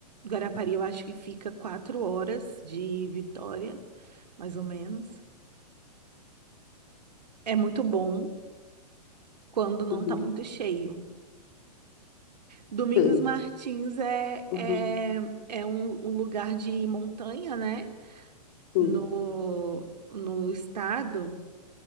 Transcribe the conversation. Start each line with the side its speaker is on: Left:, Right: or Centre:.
Right: Guarapari, eu acho que fica quatro horas de Vitória. mais ou menos. É muito bom quando não
Left: Uhum,
Right: tá muito cheio. Domingos
Left: sim.
Right: Martins é, é,
Left: Uhum,
Right: é um, um lugar de montanha, né?
Left: sim.
Right: No, no estado.